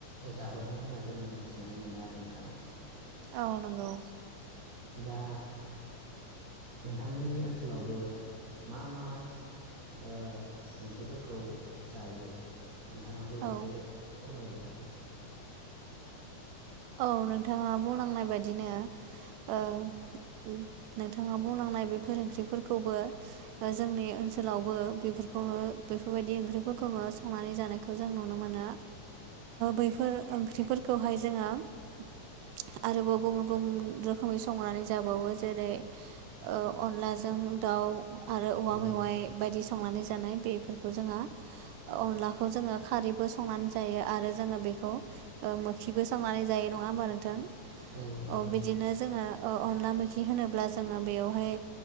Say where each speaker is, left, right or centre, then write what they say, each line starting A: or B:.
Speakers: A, on the right; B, on the right.
A: जाबोदों होनना जोङो मिथिनानै मोनो मोनो आरो नोंथां।
B: औ नंगौ।
A: दा नोंथांमोननि ओनसोलावबो मा मा ओ ओंख्रिफोरखौ जायो नोंथाङाबो एसे
B: औ
A: फोरमायदो।
B: औ नोंथाङा बुंलांनाय बायदिनो। ओ नोंथाङा बुंलांनाय बेफोर ओंख्रि फोरखौबो जोंनि ओनसोल। लावबो बेफोरखौनो बेफोरबायदि ओंख्रिफोरखौनो संनानै जानायखौ जों नुनो मोनो। बैफोर ओंख्रिफोरखौहाय जोङो। आरोबाव गुबुन गुबुन रोखोमै संनानै जाबावो जेरै' ओ अनलाजों दाउ' आरो औवा
A: औ
B: मेवाइ बायदि संनानै जानाय बेफोरखौ जोङो अनलाखौ जोङो - खारैबो संनानै जायो आरो जोङो बेखौ ओ मोखिबो संनानै जायो नङा होमबा नोंथां।
A: औ नंगौ
B: अ
A: नोंथां
B: बिदिनो जोङो अ अनला मैखि होनोब्ला जोङो बेवहाय